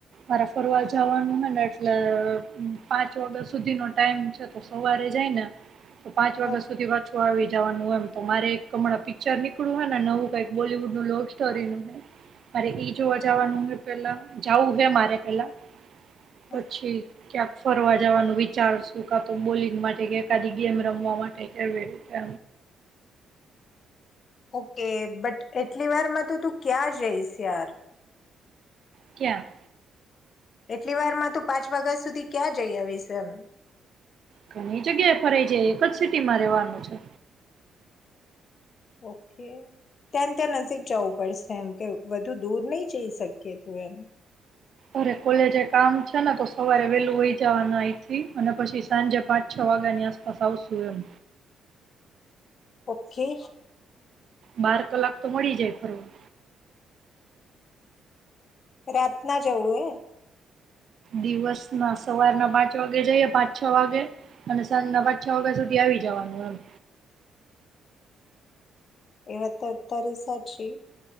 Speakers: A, on the right; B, on the left.
A: મારે ફરવા જવાનું હે ને એટલે પાંચ વાગ્યા સુધીનો ટાઈમ છે તો સવારે જાય ને તો પાંચ વાગ્યા
B: હા,
A: સુધી પાછું આવી જવાનું એમ તો મારે એક હમણાં પિક્ચર નીકળ્યું હોય ને નવું કઈક બોલીવુડ નું લવ સ્ટોરીનું હે મારે એઈ જોવા જવાનું પેલા જાવું હે મારે પેલા
B: હા.
A: પછી ક્યા ફરવા જવાનું વિચારશું કા તો બોલી માટે કદી ગેમ રમવા માટે કેવી રીતે
B: ઓકે બટ એટલી વારમાં તો તું ક્યાં જઈશ યાર?
A: ક્યાં?
B: એટલી વારમાં તું પાંચ વાગ્યા સુધી ક્યાં જઈ આવીશ એમ
A: ઘણી જગ્યાએ ફરાઈ જાય, એક જ સિટીમાં રહેેવાનું છે.
B: ઓકે ત્યાં ત્યાં નજીક જવું પડશે એમ કે વધુ દૂર નહી જઈ શકીએ તું એમ
A: અરે કોલેજ એ કામ છે ને તો સવારે વેલું હોય જવાના અહીથી અને પછી સાંજે પાંચ છ વાગ્યાની આસપાસ આવશુ એમ.
B: ઓકે.
A: બાર કલાક તો મળી જાય ફરવા.
B: રાત ના જવું એે
A: દિવસ ના સવારના પાંચ વાગે જઈએ પાંચ છ વાગે અને સાંજના પાંચ છ વાગ્યા સુધી આવી જવાનું એમ.
B: એ વાત તો તારી સાચી.